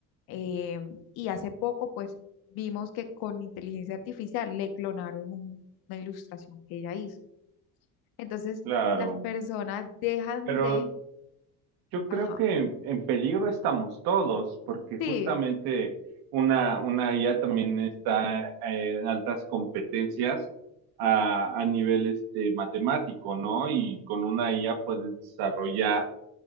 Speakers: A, on the left; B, on the right.
A: eh, y hace poco, pues, vimos que con inteligencia artificial le clonaron un- una ilustración que ella hizo. Entonces,
B: Claro,
A: las personas dejan
B: pero
A: de,
B: Yo
A: ajá,
B: creo que en peligro estamos todos, porque justamente
A: sí,
B: una, una IA también está eh, en altas competencias a, a nivel este, matemático, ¿no? Y con una IA puedes desarrollar